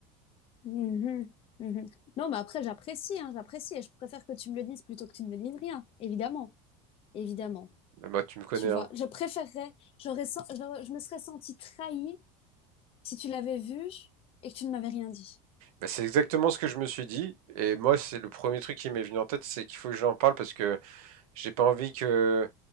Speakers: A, on the left; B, on the right.
A: Mhm, mhm. Non, mais après, j'apprécie, hein, j'apprécie et je préfère que tu me le dises plutôt que tu ne me dises rien. Évidemment, évidemment.
B: Mais moi, tu me connais,
A: Tu vois,
B: hein.
A: je préférerais, j'aurais, sen- j'aurais- je me serais sentie trahie si tu l'avais vu et que tu ne m'avais rien dit.
B: Bah, c'est exactement ce que je me suis dit. Et moi, c'est le premier truc qui m'est venu en tête, c'est qu'il faut que j'en parle parce que j'ai pas envie que